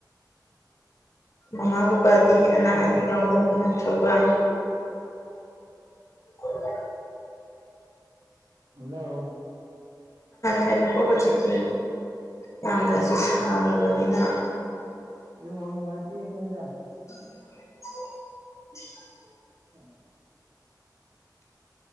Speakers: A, on the left (about 40°); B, on the right (about 75°).
A: ꯃꯃꯥ ꯕꯥꯗꯤ ꯑꯅꯥ
B: ꯍꯜꯂꯣ
A: ꯑꯌꯦꯛ ꯌꯥꯎꯗꯕꯅ ꯊꯧꯕꯥꯏ <unintelligible>
B: ꯍꯜꯂ
A: ꯍꯦꯟꯅ ꯀꯣ ꯍꯧꯖꯤꯀꯤ ꯌꯥꯝꯅꯁꯨ ꯁꯥꯔꯕꯅꯤꯅ
B: ꯋꯥꯅꯨꯡꯉꯇꯤꯩꯅꯔ
A: <unintelligible>
B: ꯑꯥ